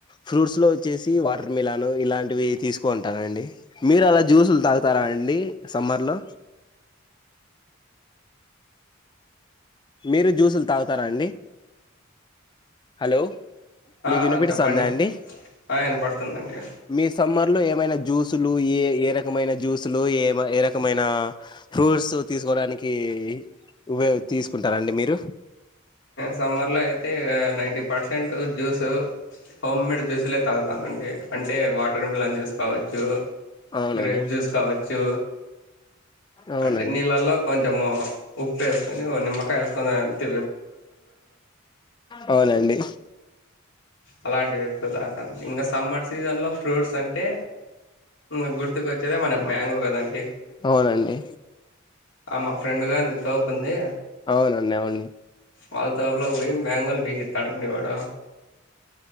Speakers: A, on the left; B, on the left.
A: ఫ్రూట్స్ లో వచ్చేసి వాటర్ మిలాన్ ఇలాంటివి తీసుకుంటానండీ మీరు అలా జ్యూసులు తాగుతారా అండి సమ్మర్ లో మీరు జ్యూసులు తాగుతారా అండి హలో మీకు
B: ఆ
A: వినిపిస్తుందా
B: చెప్పండి
A: అండి
B: ఆ వినపడుతుంది అండి
A: మీ సమ్మర్ లో ఏమైనా జ్యూసులు ఏ ఏ రకమైన జ్యూసులు ఏ ఏ రకమైన ఫ్రూట్స్ తీసుకోవడానికి ఉయో తీసు ఉంటారండి మీరు
B: సమ్మర్ లో అయితే నైన్టీ పర్సెంట్ జ్యూసు హోమ్మేడ్ జ్యూస్లే తాగుతానండి అంటే వాటర్ మిలాన్ జ్యూస్ కావచ్చు
A: అవునండి
B: గ్రేఫ్ జ్యూస్ కావచ్చు చూ
A: అవునండి
B: అంటే నీళ్ళల్లో కొంచెము ఉప్పు వేస్కొని ఒక నిమ్మకాయ వేస్కొని అంతే
A: అవునండి
B: అలాంటి వ్యక్తులు అత ఇంకా సమ్మర్ సీజన్ లో ఫ్రూట్స్ అంటే ఇంకా గుర్తుక వచ్చ అదే మనకి మ్యాంగో కదండి
A: అవునండి
B: ఆ మా ఫ్రెండ్ గారిని తపుంది
A: అవునండి అవును
B: వాళ్తల వ మ్యాంగల్ బక తాడివాడ